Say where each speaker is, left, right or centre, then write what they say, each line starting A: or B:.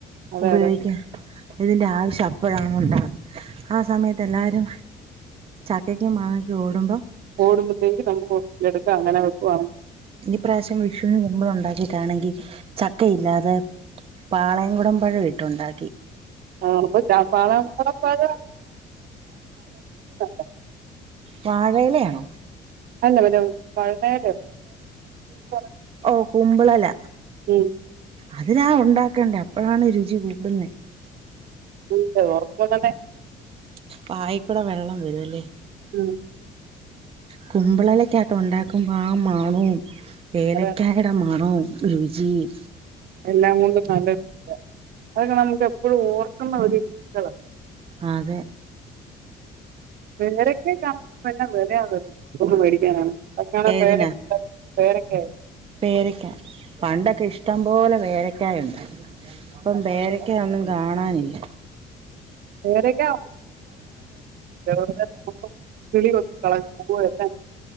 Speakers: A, on the right; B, on the right.
A: അതെ
B: ഉപയോഗിക്കാം
A: അതെ
B: ഇതിന്റെ ആവിശ്യം അ അപ്പൊഴാണ് ഒണ്ടാ ആ സമയത്ത് എല്ലാരും ചക്കയ്ക്കും മാങ്ങക്കും ഓടുമ്പം
A: ഓടുമ്പോഴത്തേക്ക് നമുക്ക് എടുക്കാം അങ്ങന വെക്കുവാണെ
B: ഇന്നി പ്രാവ്ശ്യം വിഷുവിന് കുമ്പിൾ ഒണ്ടാക്കിട്ടാണെങ്കി ചക്കയില്ലാതെ പാളയംകുടംമ്പഴം ഇട്ടൊണ്ടാക്കി
A: ആണപ്പൊ പാളയ <unintelligible> <inaudible>
B: വാഴയിലയാണോ
A: അല്ല മറ്റേ <unintelligible>
B: ഓ കുമ്പിളെല
A: ഉം
B: അതിലാ ഒണ്ടാക്കെണ്ടെ അ പ്പഴാണ് രുചി കൂടുന്നെ
A: <unintelligible>
B: വായിക്കുട വെള്ളം വരുവല്ലെ
A: ഉം
B: കുമ്പളെലേക്കത്തൊണ്ടാക്കുമ്പ ആ മണോം ഏലയ്ക്കായ്ട
A: അതെ
B: മണോം രുചീം
A: എല്ലാം കൊണ്ടും നല്ല <inaudible> അതൊക്ക നമുക്ക് എപ്പൊഴും ഓർക്കുന്ന ഒര് <inaudible>
B: അതെ
A: <inaudible> ഇപ്പെന്നാ വെലയാന്നറിയോ പെറത്ത്ന്ന് വേടിക്കാനാന്നെ
B: ഏതിനാ
A: <unintelligible> പേരക്കെ
B: പേരക്ക പണ്ടൊക്കെ ഇഷ്ടം പോല പേരക്കായ ഒണ്ടാര്ന്ന് പ്പം പേരയ് ക്കെ ഒന്നും കാണാനില്ല
A: പേരയ്ക്ക <inaudible> കിളി കൊത്തികളഞ്ഞ് പൂവും എല്ലാം <unintelligible>